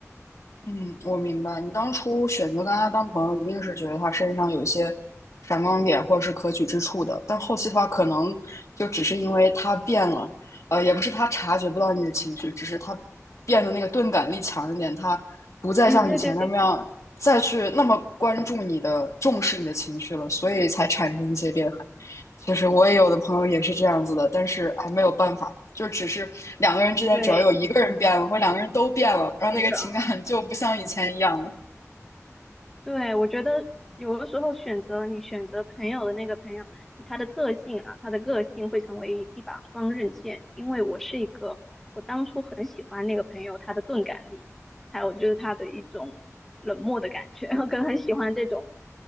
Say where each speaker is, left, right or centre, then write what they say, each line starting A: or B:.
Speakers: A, on the left; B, in the centre.
A: 嗯，我明白。你当初选择跟他当朋友，一定是觉得他身上有一些闪光点或者是可取之处的。但后期的话，可能就只是因为他变了，呃，也不是他察觉不到你的情绪，只是他变得那个钝感力强一点，他不再像以前那么样再去那么关注你的、
B: <laughs> 对对对对，
A: 重视你的情绪了，所以才产生一些裂痕。其实我也有的朋友也是这样子的，但是哎，没有办法。就只是两个人之间，
B: 对，
A: 只要有一个人变了，或者两个人都变了，然后那个情感就不像以前一样了。
B: 是的，对，我觉得有的时候选择你选择朋友的那个朋友，他的特性啊，他的个性会成为一把双刃剑。因为我是一个很喜欢那个朋友他的钝感力，还有就是他的一种冷漠的感觉，<laughs> 我可能很喜欢这种